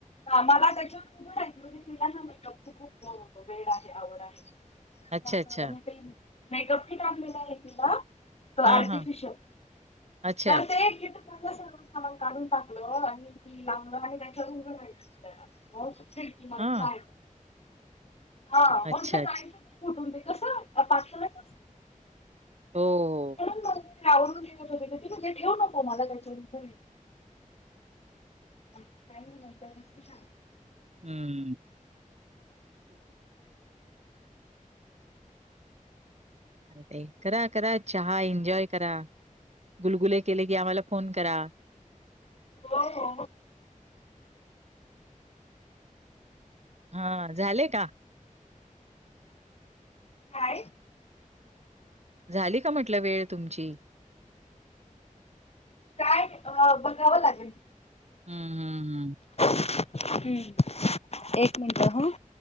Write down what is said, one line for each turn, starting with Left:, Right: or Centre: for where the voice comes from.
Left: मला त्याच्यावर उभं राहाचं म्ही तुलाना खूप वेळ आहे आवड आहे
Right: अच्छा,
Left: म
Right: अच्छा.
Left: ते मेकअप की टकलेला आहे तला त
Right: हां,
Left: आर्टिफिशल
Right: हां. अच्छा.
Left: तर ते एक गी सांग खमा काढून टाकलं आणि ती लांबलं आणि नाही खर उघून शिडकी म
Right: हां.
Left: मा हा म्हट
Right: अच्छा,
Left: जायचं
Right: अच्छा.
Left: फुटून ते कसं पातळच
Right: हो हो.
Left: म्हूनवरून घ होते तेे ठेऊ नको मला त्याच्यानंत काय म्हलंंत मस्त छान
Right: हम्म अ ते करा करा चहा एन्जॉय करा गुलगुले केले की आम्हाला फोन करा
Left: हो
Right: हा झाले का
Left: काय
Right: झाली का म्हटलं वेळ तुमची
Left: काय बघावं लागेल
Right: हम्म हम्म हम्म
Left: हम्म एक मिनिट हो